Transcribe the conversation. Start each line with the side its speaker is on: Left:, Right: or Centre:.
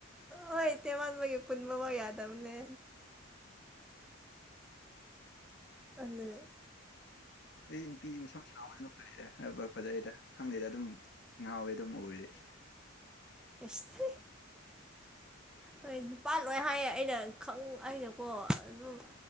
Centre: ꯍꯣꯏ ꯏ ꯇꯦꯃꯟꯥꯟꯕꯒꯤ ꯄꯨꯟꯕꯐꯥꯎ ꯌꯥꯗꯕꯅꯦ ꯑꯗ
Left: ꯑꯩ ꯅꯨꯄꯤ ꯃꯁꯝ ꯆꯅ ꯑꯗꯨꯝ ꯂꯩꯩꯔꯦ ꯐꯖꯩꯗ ꯈꯪꯗꯦ ꯗ ꯑꯗꯨꯝ ꯉꯥꯎꯋꯦ ꯑꯗꯨꯝ ꯎꯔꯤꯗꯤ
Centre: ꯑꯦꯁ ꯍꯣꯏ ꯅꯨꯄꯥ ꯂꯣꯏ ꯍꯥꯏꯌꯦ ꯑꯩꯅ ꯈꯪ ꯑꯩꯅꯀꯣ ꯑꯗꯨꯝ